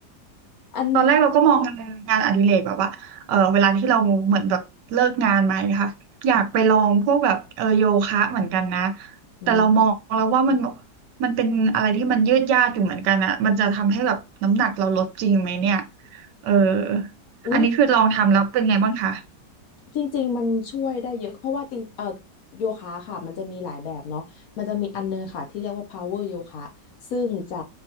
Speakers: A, on the left; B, on the right.
A: อัน
B: ตอนแรกเราก็มองงานงานอดิเรกแบบว่าเออเวลาที่เราเหมือนแบบเลิกงานมาเนะคะอยากไปลองพวกแบบเออโยคะเหมือนกันนะ
A: อืม
B: แต่เรามองแล้วว่ามันมันเป็นอะไรที่มันยืดยาดอยู่เหมือนกันอะมันจะทำให้แบบน้ำหนักเราลดจริงไหมเนี่ยเออ
A: อุ๊ย
B: อันนี้คือลองทำแล้วเป็นไงบ้างคะ
A: จริงๆ มันช่วยได้เยอะเพราะว่าจริงเอ่อโยคะค่ะมันจะมีหลายแบบเนาะมันจะมีอันนึงค่ะที่เรียกว่า power โยคะซึ่งจะ